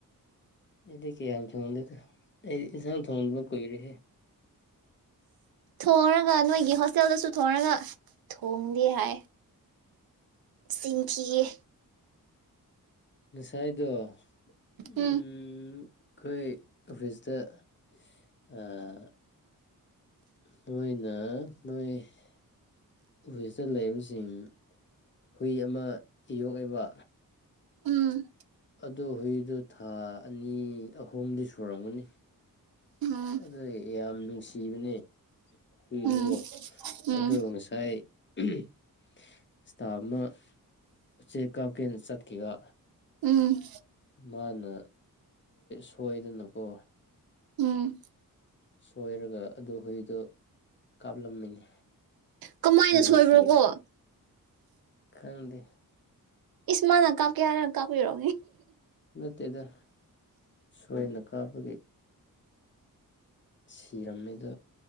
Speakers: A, on the left; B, on the right.
A: ꯏꯗꯤ ꯀꯌꯥ ꯌꯥꯝ ꯊꯣꯟꯗ ꯏꯟꯁꯥꯡ ꯊꯣꯡ ꯀꯣꯏ ꯔꯦ
B: ꯊꯣꯡꯔꯒ ꯅꯣꯏꯒꯤ ꯍꯣꯁꯇꯦꯜꯗꯁꯨ ꯊꯣꯡꯉꯒ ꯊꯣꯡꯗꯦ ꯍꯥꯏ ꯁꯤꯡꯈꯤꯌꯦ
A: ꯉꯁꯥꯏꯗ ꯎꯝ
B: ꯎꯝ
A: ꯑꯩꯈꯣꯏ ꯑꯣꯐꯤꯁꯇ <unintelligible> ꯃꯣꯏꯅ ꯃꯣꯏ ꯑꯣꯐꯤꯁꯇ ꯂꯩꯕꯁꯤꯡ ꯍꯨꯏ ꯑꯃ ꯌꯣꯛꯏꯕ
B: ꯎꯝ
A: ꯑꯗꯨ ꯍꯨꯏꯗꯨꯣ ꯊꯥ ꯑꯅꯤ ꯑꯍꯨꯝꯗꯤ ꯁꯨꯔꯝꯒꯅꯤ
B: ꯎꯝ
A: ꯑꯗꯨꯗꯣ ꯌꯥꯝ ꯀꯤꯕꯅꯦ ꯍꯨꯏꯗꯨꯕꯣ
B: ꯎꯝ ꯎꯝ
A: ꯑꯗꯣ ꯉꯁꯥꯏ ꯎꯝ ꯏꯁꯇꯥꯃ ꯎꯆꯦ ꯀꯞ ꯀ ꯁꯠꯀ
B: ꯎꯝ
A: ꯃꯥꯅ ꯁꯣꯏꯗꯅꯀꯣ
B: ꯎꯝ
A: ꯁꯣꯏꯔꯒ ꯑꯗꯨ ꯍꯨꯏꯗꯣ ꯀꯥꯞꯂꯝꯃꯤꯅꯤ
B: ꯀꯃꯥꯏꯅ
A: ꯍꯨꯏꯗꯨ
B: ꯁꯣꯏꯕ꯭ꯔꯣꯀꯣ
A: ꯁꯤꯔꯦ ꯈꯪꯗꯦ
B: ꯏꯁꯃꯥ ꯅꯛꯀꯥꯞ ꯀꯌꯥꯔ ꯅꯀꯥ ꯑꯣꯏꯔ
A: ꯇꯗ ꯁꯣꯏꯅ ꯀꯥꯕꯒꯤ ꯁꯤꯔꯝꯗ